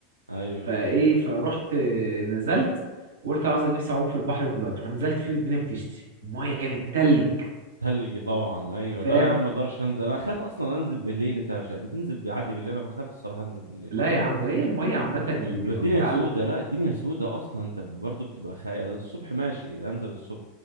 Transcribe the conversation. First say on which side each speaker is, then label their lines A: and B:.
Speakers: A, on the right; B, on the right.
A: ايوه
B: فايه فروحت نزلت وقلت عاوز نفسي اعوم في البحر دلوقتي رحت نزلت فيه والدنيا بتشتي الميه كانت تلج
A: تلجي طبعا ايوه
B: فاهم
A: لا انا يا عم ما اقدرش انزل انا اخاف اصلا انزل بالليل انت مش بتنزل عادي بالليل انا بخاف الصراحه انزل بالليل
B: لا يا عم هي الميه عامه اللي بيبقى
A: تبقى الدنيا
B: متعلق
A: سودة لا الدنيا سودة اصلا انت برضه بتبقى خايف الصبح ماشي انزل الصبح